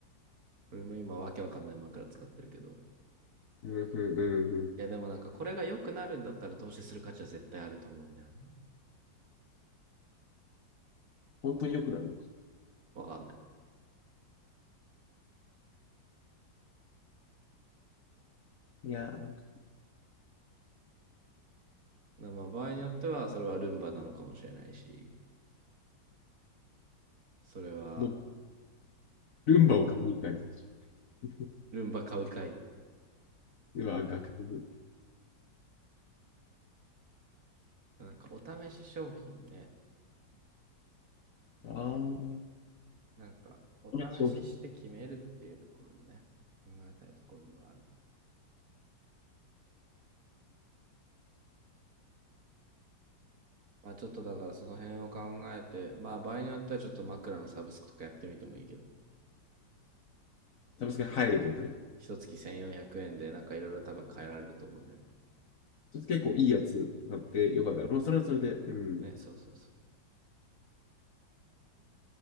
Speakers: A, on the right; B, on the left.
A: 俺も今わけわかんない枕使ってるけど。
B: んうんうんうん。
A: いやでもなんかこれが良くなるんだったら投資する価値は絶対あると思うんだよね。
B: 本当に良くなるのか。
A: わかんない。
B: いやー、なんか
A: まあまあ場合によってはそれはルンバなのかもしれないし、それは
B: もう、ルンバを買いに行く感じでしょ。
A: ルンバ買うかい。
B: <laughs> うわ、学部
A: なんかお試し商品ね。
B: あー、
A: なんかお試しして決めるっていうところでね、
B: これ商品。
A: 考えたいところではある。まあちょっとだからその辺を考えて、まあ場合によってはちょっと枕のサブスクとかやってみてもいいけど、
B: サブスクに入るってことね。
A: 一月1400円でなんかいろいろ多分変えられると思うんだよね。
B: それ結構いいやつ使ってよかった。まあ、それはそれで、うん。
A: ね、そうそうそう。